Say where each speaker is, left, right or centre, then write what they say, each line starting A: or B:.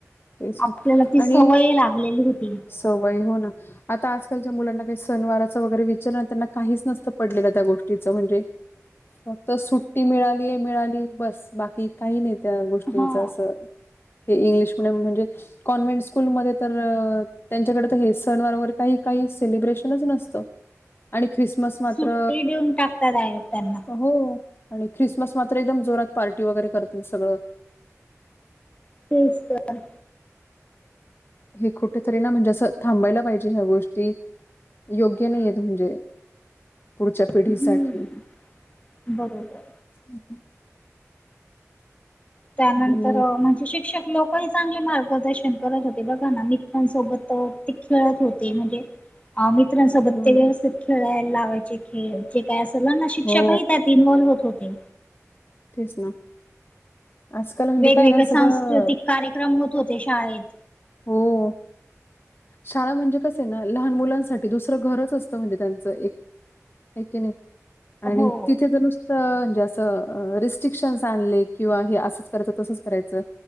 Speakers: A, on the left; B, on the left.
A: तेच
B: आपल्याला
A: ना
B: ती
A: आणि
B: सवय लागलेली होती.
A: सवय हो ना आता आजकालच्या मुलांना काही सनवाराचं वगैरे विचारण त्यांना काहीच नसत पडलेलं त्या गोष्टीचं म्हणजे. फक्त सुट्टी मिळाली आहे मिळाली बस बाकी काही नाही त्या गोष्टींच
B: हा
A: असं. हे इंग्लिश मिडियम म्हणजे कॉन्व्हेंट स्कूलमध्ये तर. त्यांच्याकडे तर हे सण वरोगर काही काही सेलिब्रेशनच नसतं. आणि ख्रिसमस मात्र
B: सुट्टी देऊन टाकता डायरेक्ट त्यांना
A: हो आणि ख्रिसमस मात्र एकदम जोरात पार्टी वगैरे करतील सगळं.
B: तेस तर.
A: हे कुठेतरी ना म्हणजे असं थांबायला पाहिजे ह्या गोष्टी. योग्य नाही येत म्हणजे पुढच्या पिढीसाठी.
B: हम्म बरोबर.
A: हम् हम.
B: त्यानंतर
A: आणि
B: म्हणजे शिक्षक लोकही चांगले मार्गदर्शन. करत होते बघा ना मित्रांसोबत ते खेळत होते म्हणजे. अ मित्रांसोबत
A: हं,
B: ते व्यवस्थित खेळायला लावायचे खेळ, जे काय असल ना, शिक्षकही
A: हो
B: त्यात इन्वल होत होते.
A: तेच ना. आजकाल म्हणजे
B: वेगवेगळे
A: काय ना सगळं
B: सांस्कृतिक कार्यक्रम होत होते शाळेत.
A: हो. शाळा म्हणजे कसंय ना, लहान मुलांसाठी दुसरं घरच असतं म्हणजे त्यांचं एक. हाय की नाय, आणि
B: हो
A: तिथे तर नुस त म्हणजे रिस्ट्रिक्शन्स आणले किंवा हे असंच करायचं तसंच करायचं